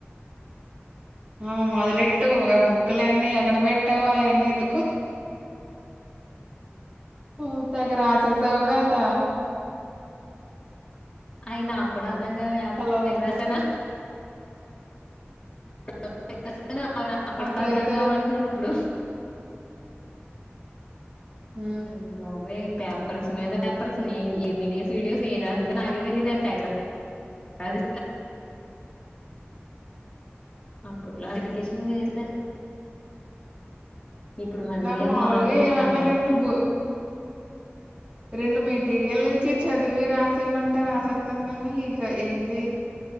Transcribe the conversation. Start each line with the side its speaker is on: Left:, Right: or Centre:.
Right: ఆ మొదలెట్టు ఆ బుక్కులన్ని ఎక్కడ పెట్టావో అయన్నీ ఎతుకు ఓ తెగ రాసేసావ్ గద
Left: అయి నాకు కూడా అర్ధ గావే
Right: హలో
Left: తెగ రాసాన తెగ రాశాన అవి నాకు కూడ
Right: అప్పుడైతే
Left: అర్ధంగావు అంటున్నాను ఇప్పుడు
Right: ఉమ్,
Left: ఇంగ బాబోయ్ పేపర్స్ మీద పేపర్స్ ఏం ఏం వినేసి వీడియోస్ ఏం రాశానో నాకే తెలిదే తెగ రా రాసేసిందా అప్పట్లో ఆ ఎడుకేషన్ వేర్లే ఇప్పుడు మళ్ళీ
Right: నాకు మాములుగా
Left: మొదటి నుంచి
Right: ఏవన్నా
Left: మొదలెట్టాలి
Right: రెండు బు రెండు మెటీరియల్ ఇచ్చి చదివి రాసేమంటే రాసేత్తాను గాని ఇక ఏంటి